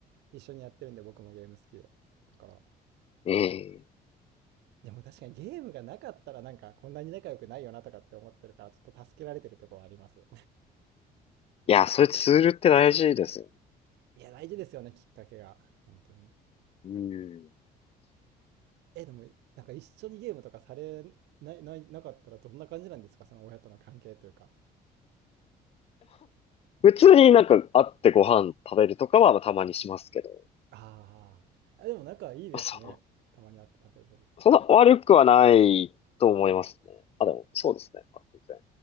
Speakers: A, on the right; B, on the left.
A: 一緒にやってるんで僕もゲーム好きで。だから、
B: ええー
A: でも確かにゲームがなかったらなんかこんなに仲良くないよなとかって思ってるから、ちょっと助けられてるとこはあります。
B: いや、それツールって大事ですよ。
A: <laughs> いや、大事ですよね、きっかけが。本当に。
B: うん。
A: え、でも、なんか一緒にゲームとかされない、ない、なかったらどんな感じなんですかその親との関係というか。
B: 普通になんか会ってご飯食べるとかはまあたまにしますけど、
A: あーあ。でも仲いいですね。
B: まあ、その、
A: たまに会って食べてるって。
B: そんな悪くはないと思いますね。あ、でも、そうですね。まあ、全然